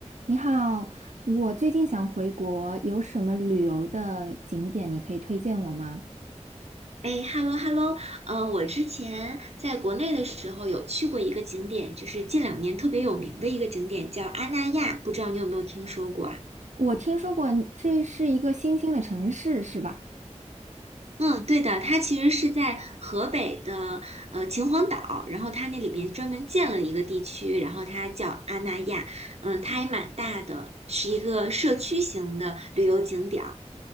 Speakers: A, on the right; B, on the right.
A: 你好，我最近想回国，有什么旅游的景点你可以推荐我吗？
B: 哎，hello hello，呃，我之前在国内的时候有去过一个景点，就是近两年特别有名的一个景点，叫阿那亚，不知道你有没有听说过啊？
A: 我听说过这是一个新兴的城市，是吧？
B: 嗯，对的，它其实是在河北的呃秦皇岛，然后它那里面专门建了一个地区，然后它叫阿那亚，嗯，它还蛮大的，是一个社区型的旅游景点。